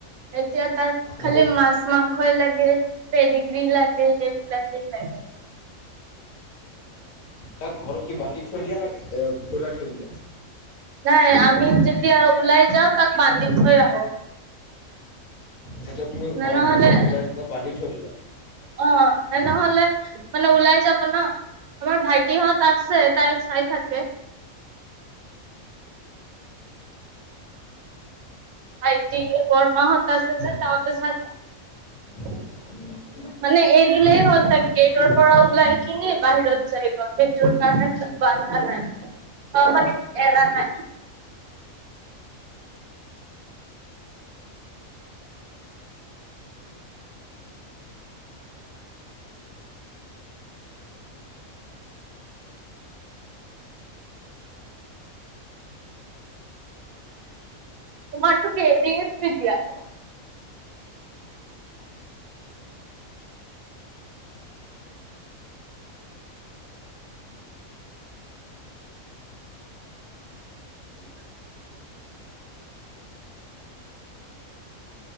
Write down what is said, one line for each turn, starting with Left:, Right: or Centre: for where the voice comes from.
Right: এতিয়া তাৰ
Left: মুখত
Right: খালি মাছ মাংসয়ে লাগে, পেডিগ্ৰী লাগে এইবিলাকে তাইৰ।
Left: তাক ঘৰত কি বান্ধি থৈ দিয়া নে, এ খোলা থৈ দিয়া?
Right: নাই আমি যেতিয়া ওলাই যাওঁ তাক বান্ধি থৈ আহো।
Left: যেতিয়া তুমি ঘৰ
Right: নহ'লে
Left: পৰা চব ওলাই যোৱা বান্ধি থৈ যোৱা?
Right: অ নহলে মানে ওলাই যাব ন। আমাৰ ভাইটিহঁত আছে তাইক চাই থাকে। ভাইটি বৰমাহত আছে যে তাহঁতে চাই থাকে।
Left: উম।
Right: মানে এৰিলেই হ'ল তাক গেটৰ পৰা ওলাই কিনে বাহিৰত যায় গৈ সেইটোৰ কাৰণে বন্ধা নাই অ মানেএৰা নাই। মইতোক এৰি <inaudible> <unintelligible>